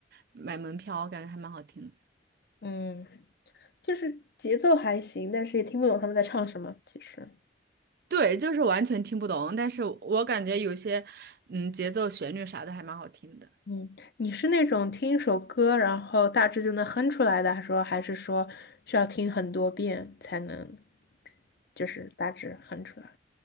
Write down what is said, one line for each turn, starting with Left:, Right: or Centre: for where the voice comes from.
Right: 买门票，我感觉还蛮好听的。
Left: 嗯，就是节奏还行，但是也听不懂他们在唱什么。其实，
Right: 对，就是完全听不懂，但是我感觉有些嗯节奏、旋律啥的还蛮好听的。
Left: 嗯，你是那种听一首歌，然后大致就能哼出来的，还是说还是说需要听很多遍才能，就是大致哼出来？